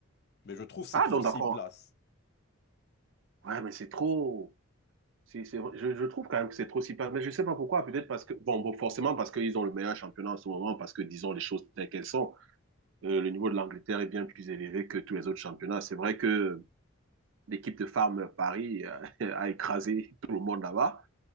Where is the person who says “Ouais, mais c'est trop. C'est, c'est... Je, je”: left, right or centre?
Right